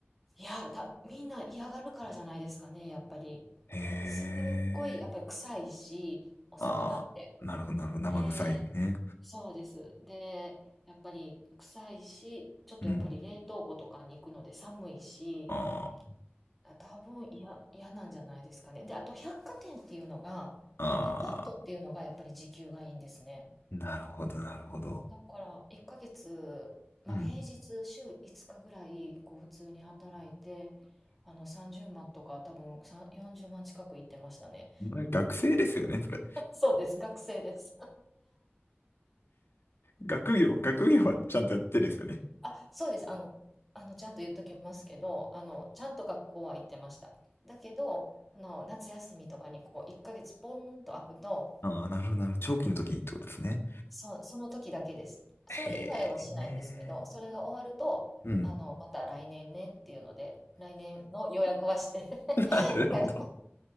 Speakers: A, in the centre; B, on the left.
A: いや、だ、みんな嫌がるからじゃないですかね、やっぱり。
B: へえ、
A: すっごい、やっぱり臭いし、お魚って。
B: ああ、なるほどなるほど。生臭いね。
A: で、そうです。で、やっぱり臭いし、ちょっとやっぱり冷凍庫とかに行くので寒いし、
B: うん。あ
A: あ多分嫌、嫌なんじゃないですかね。で、あと百貨店っていうのが、
B: あ、
A: デパートっていうのがやっぱり時給がいいんですね。
B: なるほど、なるほど。
A: だから1ヶ月、まあ、
B: うん。
A: 平日週5日ぐらいこう普通に働いてあの30万とか多分さん40万近く行ってましたね。
B: うれ学生ですよね、それ。
A: <laughs> そうです、学生です。
B: 学業、
A: うん
B: 学業はちゃんとやってですよね。
A: あ、そうです。あの、あのちゃんと言っときますけどあのちゃんと学校は行ってました。だけどあの夏休みとかにこう1ヶ月ポンと空くと
B: ああ、なるほど、なるほど。長期の時にってことですね。
A: そその時だけです。それ以外はしないんですけど、
B: へえ。
A: それが終わると、
B: うん。
A: あの、また来年ねっていうので、来年の予約はして
B: なるほど。
A: <laughs>